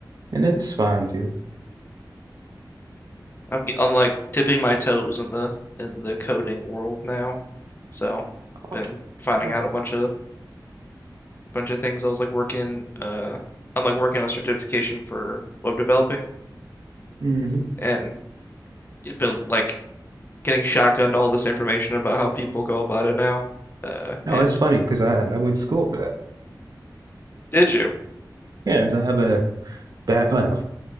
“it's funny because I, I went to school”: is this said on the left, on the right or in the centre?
Right